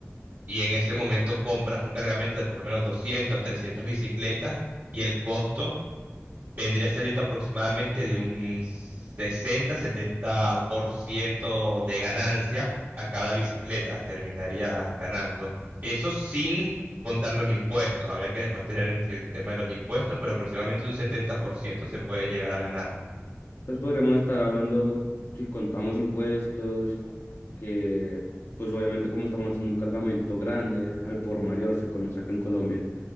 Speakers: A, on the right; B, on the left.
A: y en ese momento compras un cargamento de por lo menos 200, 300 bicicletas y el costo vendría saliendo aproximadamente de un 60, 70% de ganancia a cada bicicleta, terminarías ganando. Eso sin contar los impuestos, habría que después tener el el tema de los impuestos, pero aproximadamente un 70% se puede llegar a ganar.
B: Pues podremos estar hablando, si contamos impuestos, que pues obviamente como estamos haciendo un cargamento grande, al por mayor se conoce acá en Colombia,